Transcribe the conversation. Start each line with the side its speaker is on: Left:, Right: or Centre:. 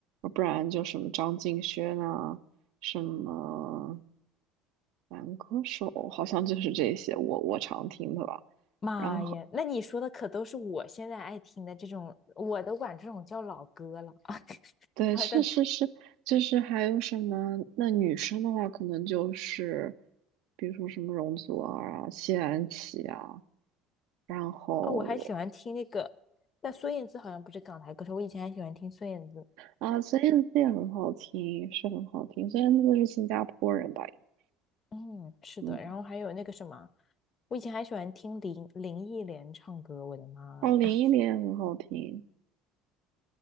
Right: 不然就什么张敬轩啊，什么男歌手，好像就是这些我我常听的吧。
Left: 妈呀，
Right: 然后
Left: 那你说的可都是我现在爱听的这种，我都管这种叫老歌了啊。<laughs>
Right: 对，
Left: 然后但
Right: 是是是，就是还有什么？那女生的话，可能就是比如说什么容祖儿啊、谢安琪啊，然后
Left: 哦，我还喜欢听那个，但孙燕姿好像不是港台歌手，我以前还喜欢听孙燕姿。
Right: 啊孙燕姿也很好听，是很好听。孙燕姿是新加坡人吧？
Left: 嗯，是的，
Right: 嗯，
Left: 然后还有那个什么，我以前还喜欢听林林忆莲唱歌，我的妈呀，
Right: 哦，林忆莲也很好听。